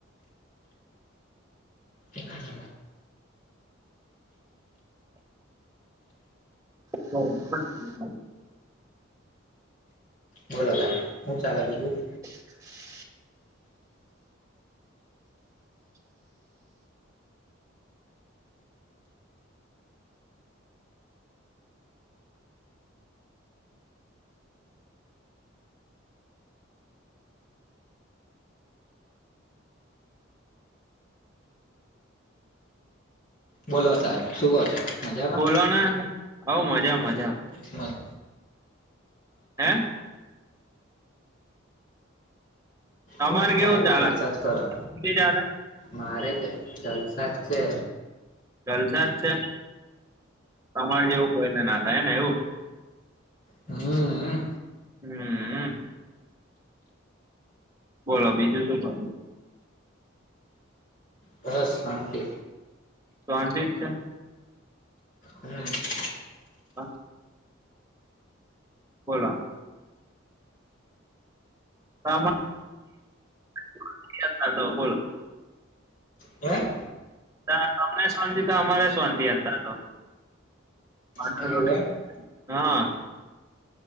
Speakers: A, on the left (about 40°); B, on the right (about 15°).
A: તેના
B: <unintelligible>
A: બોલો હલા હું ચાલે બીજું?
B: <unintelligible>
A: બોલો સાહેબ શું કો છો? મજામાં
B: બોલો ને હઉ મજા મજા.
A: મ
B: હે તમારે
A: બસ તા
B: કેવું ચાલે
A: એ જલસા જ કરો
B: તી ચાલે.
A: મારે જ જલસા જ છે.
B: જલસા જ છે. તમારે જેવું કોઈને ના થાય ને એવું.
A: હમ્મ હમ્મ.
B: હમ બોલો બીજું શું કો
A: બસ શાંતિ.
B: શાંતિ જ છે.
A: હમ્મ.
B: હા. બોલા. શામાં <unintelligible>
A: ઓ હૈ.
B: ત્યાં તમને શાંતિ તો અમારે શાંતિ અત્યારે તો. <unintelligible>
A: હે એવું એમ
B: હા.